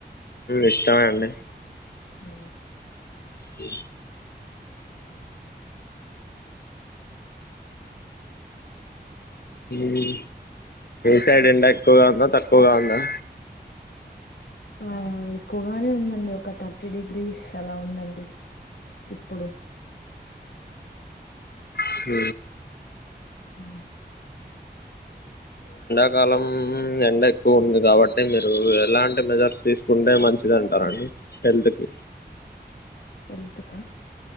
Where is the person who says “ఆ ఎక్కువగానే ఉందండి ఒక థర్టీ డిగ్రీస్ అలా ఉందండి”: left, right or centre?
Left